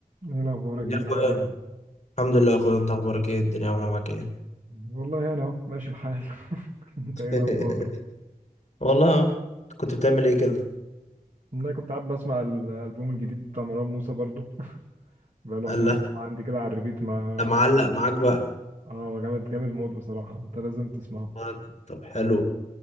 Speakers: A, on the right; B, on the left.
A: ايه الاخبار يا
B: يا
A: كبير
B: اخويا
A: عامل ايه
B: الحمد لله يا اخويا انت اخبارك ايه الدنيا عامله معاك ايه
A: والله انا اهو ماشي الحال <laughs> انت
B: <laughs>
A: ايه الاخبار
B: والله أهو. كنت بتعمل ايه كده
A: انا كنت قاعد بسمع الالبوم الجديد بتاع مروان موسى برضو بقاله
B: قال
A: كام
B: لا
A: يوم عندي كده على الريبيت ما
B: ده معلق معاك
A: مش
B: بقى
A: عارف. اه جامد جامد موت بصراحه انت لازم تسمعه
B: آه، طب حلو